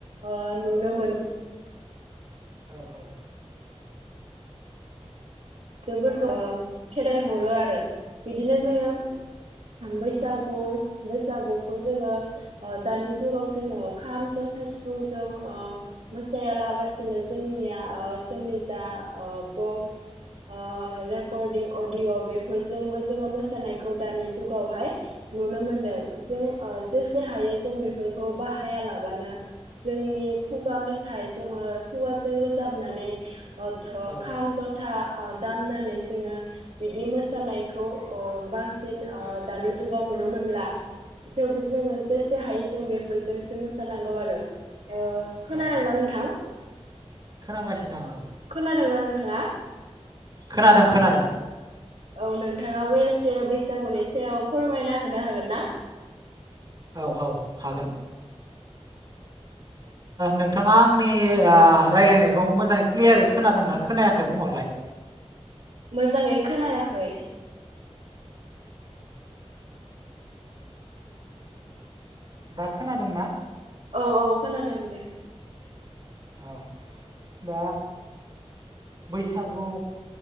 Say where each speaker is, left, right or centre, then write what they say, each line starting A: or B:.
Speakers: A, on the right (about 80°); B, on the right (about 40°).
A: ओ नुनो मोन
B: औ औ।
A: जोबोद ओ खेदाय हरो आरो बिदिनो जोङो बैसागु बैसागुखौ जोङो दानि जुगाव जोङो खाम जथा सिफुंजों ओ मोसायालाबासिनो जोंनिया जोंनि जा ओ बक्स ओ रेकर्डिं अडिय' बेफोरजोंबो जोङो मोसानायखौ दानि जुगावहाय नुनो मोनदों जों ओ जेसे हायो जों बेफोरखौ बाहाया लाबानो जोंनि खुगा मेथाइ जोङो खुगाजों रोजाबनानै अथ'
B: औ औ
A: खाम जथा ओ दामनानै जोङो बिदि मोसानायखौ ओ बांसिन ओ दानि जुगाव नुनो मोनला। थेवबो जोङो जेसे हायो जों बेफोरजोंसो मोसानांगौ आरो ओ खोनादोंना
B: औ औ औ
A: नोंथां
B: खोनागासिनो औ।
A: खोनादोंना नोंथाङा?
B: खोनादों खोनादों।
A: औ नोंथाङाबो एसे बैसागुनि एसे फोरमायना होनो हागोन ना?
B: औ औ हागोन। नोंथाङा आंनि ओ रायज्लायनायखौ मोजाङै क्लियारै खोनादोंना खोनायाखै बुंहरलाय।
A: मोजाङै खोनायाखै।
B: दा खोनादों ना?
A: औ औ खोनादों दे।
B: औ दा बैसागु